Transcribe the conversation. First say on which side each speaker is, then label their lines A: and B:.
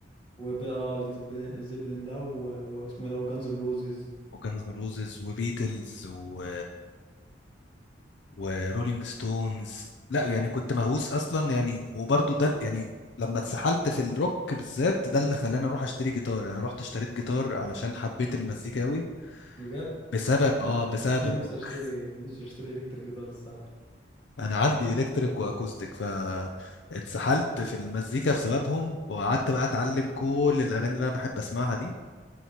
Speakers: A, on the left; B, on the left.
A: وبقى اه ليد زيبلين زيبلين ده و... واسمه إيه ده جانز اند روزز
B: وكانز روزز وبيتلز و ورولينج ستونز لا يعني كنت مهووس اصلا يعني وبرضه ده يعني لما اتسحلت في الروك بالذات ده اللي خلاني اروح اشتري جيتار يعني انا رحت اشتريت جيتار علشان حبيت المزيكا قوي
A: بجد
B: بسبب اه بسبب
A: كان
B: الروك
A: نفسي اشتري كان نفسي اشتري الكتريك جيتار الصراحه
B: انا عندي الكتريك واكوستيك ف اتسحلت في المزيكا بسببهم وقعدت بقى اتعلم كل الاغاني اللي انا بحب اسمعها دي